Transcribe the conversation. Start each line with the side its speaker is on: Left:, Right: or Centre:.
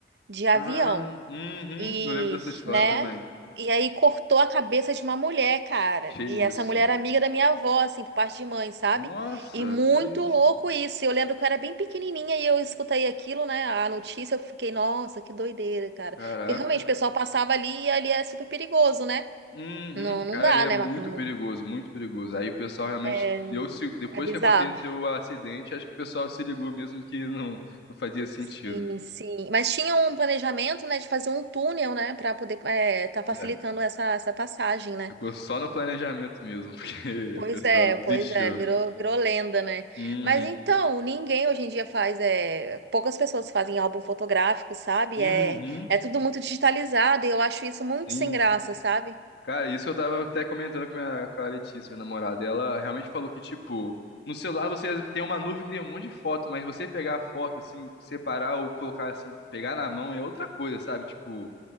Right: de avião.
Left: Ah, uhum,
Right: E,
Left: eu lembro dessa história
Right: né?
Left: também.
Right: E aí cortou a cabeça de uma mulher, cara.
Left: Que isso?
Right: E essa mulher era amiga da minha avó, assim, por parte de mãe, sabe?
Left: Nossa,
Right: E muito
Left: que
Right: louco
Left: isso?
Right: isso. Eu lembro que eu era bem pequenininha e eu escutei aquilo, né? A notícia, eu fiquei, nossa, que doideira, cara.
Left: Caraca.
Right: Porque realmente o pessoal passava ali e ali é super perigoso, né?
Left: Uhum,
Right: Não, não
Left: cara,
Right: dá,
Left: ele é
Right: né?
Left: muito
Right: Mas, hum,
Left: perigoso, muito perigoso. Aí o pessoal realmente
Right: É,
Left: deu, se- depois
Right: é bizarro.
Left: que aconteceu o acidente, acho que o pessoal se ligou mesmo que não, não fazia sentido.
Right: Sim, sim. Mas tinha um planejamento, né, de fazer um túnel, né, para poder é, tá facilitando
Left: É,
Right: essa, essa passagem, né?
Left: ficou só no planejamento mesmo, <laughs> porque
Right: Pois
Left: o pessoal
Right: é, pois
Left: desistiu.
Right: é, virou, virou lenda, né?
Left: Uhum,
Right: Mas então, ninguém hoje em dia faz, é, poucas pessoas fazem álbum fotográfico, sabe?
Left: uhum,
Right: É, é tudo muito digitalizado e eu acho isso muito
Left: sim.
Right: sem graça, sabe?
Left: Cara, isso que eu tava até comentando com, minha, com a Letícia, minha namorada. Ela realmente falou que, tipo, no celular você tem uma nuvem que tem um monte de foto, mas você pegar a foto, assim, separar ou colocar, assim, pegar na mão é outra coisa, sabe? Tipo.